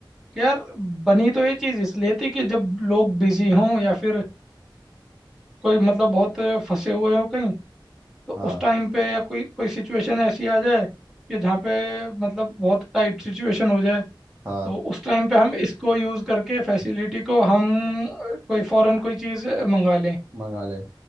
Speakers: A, in the centre; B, on the right (about 30°).
A: कि यार बनी तो ये चीज़ इसलिए थी कि जब लोग बिजी हों या फिर अ, कोई मतलब बहुत फंसे हुए हों कहीं तो
B: हाँ
A: उस टाइम पे या कोई कोई सिचुएशन ऐसी आ जाए कि जहाँ पे मतलब बहुत टाइट सिचुएशन हो जाए
B: हाँ
A: तो उस टाइम पे हम इसको यूज़ करके फैसिलिटी को हम अ, कोई फॉरेन कोई चीज़ अ, मंगा लें
B: मंगा ले